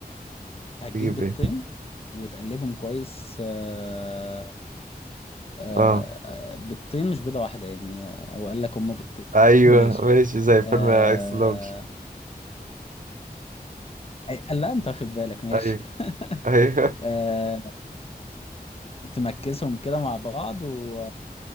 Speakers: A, on the left; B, on the right.
A: هتجيب
B: تجيب
A: بيضتين
B: ايه
A: وتقلبهم كويس آه آه
B: اه
A: آه، بيضتين مش بيضه واحده يعني آه، هو قال لك هما بيضتين
B: ايوه
A: <laughs> ماشي
B: ماشي زي فيلم
A: آه...
B: اكس لارج
A: أي- لا انت واخد بالك ماشي
B: ايوه
A: <laughs>
B: ايوه
A: آه... بتمكسهم كده مع بعض و...